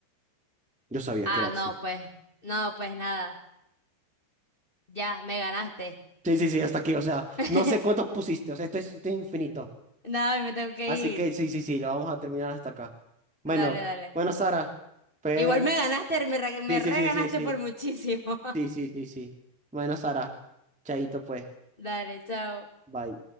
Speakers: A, in the centre; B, on the left (about 20°).
A: Yo sabía
B: Ah,
A: que era ese.
B: no, pues, no, pues nada, ya, me ganaste.
A: Sí, sí, sí, hasta aquí. O sea,
B: <laughs>
A: no sé cuántos pusiste. O sea, esto es, esto es infinito.
B: Nada, me tengo que
A: Así
B: ir.
A: que sí, sí, sí, lo vamos a terminar hasta acá. Bueno,
B: Dale, dale.
A: bueno, Sara. Pues,
B: Igual me ganaste, me re, me
A: sí,
B: reganaste
A: sí, sí, sí, sí.
B: por muchísimo. <laughs>
A: Sí, sí, sí, sí. Bueno, Sara. Chaito, pues.
B: Dale, chao.
A: Bye.